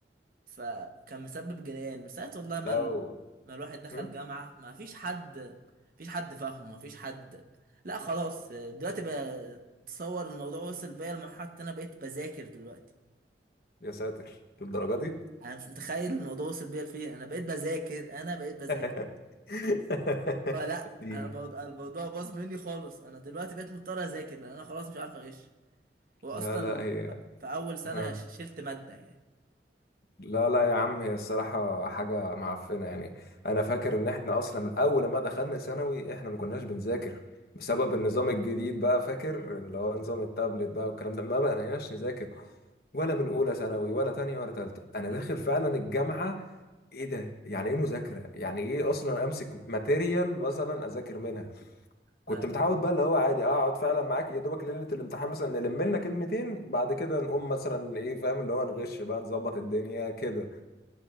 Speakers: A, on the right; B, on the left.
A: فكان مسبب جنان من ساعة والله ما
B: لو
A: ال... ما الواحد دخل
B: هم؟
A: جامعة ما فيش حد ما فيش حد فاهمه ما فيش حد لا خلاص دلوقتي بقى تصور الموضوع وصل بيا لمرحلة انا بقيت بذاكر دلوقتي
B: يا ساتر للدرجه دي
A: انا مش متخيل الموضوع وصل بيا لفين انا بقيت بذاكر انا بقيت بذاكر
B: <laughs> <laughs>
A: لا لا
B: اديني
A: انا الموضوع الموضوع باظ مني خالص انا دلوقتي بقيت مضطر اذاكر لان انا خلاص مش عارف اغش واصلا
B: لا لا هي
A: ف... في اول سنة
B: ها.
A: ش- شلت مادة يعني
B: لا لا يا عم هي الصراحة حاجة معفنة يعني أنا فاكر إن إحنا أصلا من أول ما دخلنا ثانوي إحنا ما كناش بنذاكر بسبب النظام الجديد بقى فاكر اللي هو نظام التابلت بقى والكلام ده ما بقيناش نذاكر ولا من أولى ثانوي ولا تانية ولا تالتة أنا
A: امم
B: داخل فعلا الجامعة إيه ده يعني إيه مذاكرة يعني إيه أصلا أمسك ماتيريال مثلا أذاكر منها كنت
A: لا
B: متعود بقى اللي هو عادي اقعد فعلا معاك يا دوبك ليله الامتحان مثلا نلم لنا كلمتين بعد كده نقوم مثلا ايه فاهم اللي هو نغش بقى نظبط الدنيا كده